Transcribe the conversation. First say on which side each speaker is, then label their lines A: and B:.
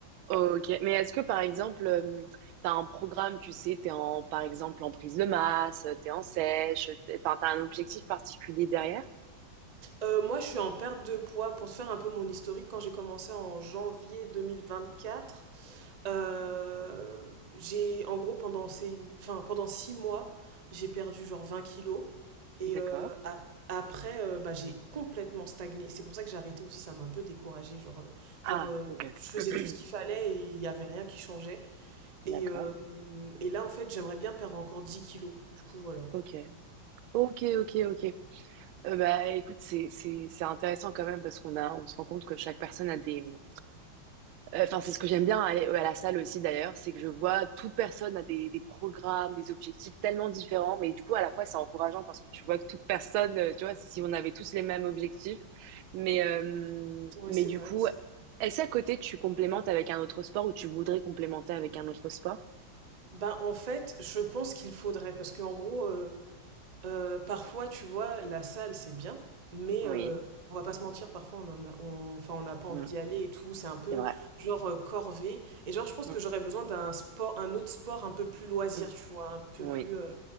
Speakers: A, on the right; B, on the right.
A: Ok, mais est-ce que par exemple, euh, t'as un programme, tu sais, t'es en, par exemple, en prise de masse, t'es en sèche, t'es- enfin, t'as un objectif particulier derrière?
B: Euh, moi, je suis en perte de poids. Pour se faire un peu mon historique, quand j'ai commencé en janvier 2024, euh, j'ai, en gros, pendant ces, enfin, pendant six mois, j'ai perdu genre 20 kilos. Et
A: D'accord.
B: euh, ap- après, euh, bah, j'ai complètement stagné. C'est pour ça que j'ai arrêté aussi, ça m'a un peu découragée. Genre, euh,
A: Ah,
B: genre euh,
A: ok.
B: je faisais
A: <clears throat>
B: tout ce qu'il fallait et il n'y avait rien qui changeait.
A: D'accord.
B: Et, euh, et là, en fait, j'aimerais bien perdre encore 10 kilos. Du coup, voilà.
A: Ok. Ok, ok, ok. Euh, bah, écoute, c'est, c'est, c'est intéressant quand même parce qu'on a, on se rend compte que chaque personne a des, enfin, c'est ce que j'aime bien aller, à la salle aussi d'ailleurs, c'est que je vois toute personne a des des programmes, des objectifs tellement différents, mais du coup, à la fois, c'est encourageant parce que tu vois que toute personne, heu, tu vois, si on avait tous les mêmes objectifs, mais hem,
B: Ouais,
A: mais
B: c'est
A: du
B: vrai.
A: coup, est-ce à côté tu complémentes avec un autre sport ou tu voudrais complémenter avec un autre sport?
B: Ben en fait, je pense qu'il faudrait, parce qu'en gros, euh, euh, parfois, tu vois, la salle, c'est bien, mais
A: Oui,
B: euh, on va pas se mentir, parfois, on en a- on, enfin, on n'a pas envie
A: mmh,
B: d'y aller et tout, c'est un peu
A: c'est vrai.
B: genre euh, corvée. Et genre, je pense
A: Mmh,
B: que j'aurais besoin d'un sport, un autre sport un peu plus loisir,
A: oui,
B: tu vois, un peu
A: oui.
B: plus, euh,